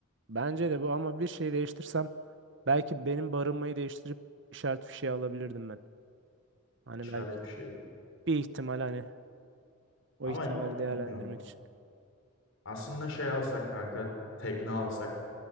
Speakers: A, on the right; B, on the left.
A: Bence de bu ama bir şey değiştirsem belki benim barınmayı değiştirip işaret fişeği alabilirdim ben. Hani
B: İşaret
A: belki
B: bir şey.
A: bir ihtimal hani o
B: Ama
A: ihtimali değerlendirmek
B: bilmiyorum.
A: için.
B: Aslında şey alsak kanka. Tekne alsak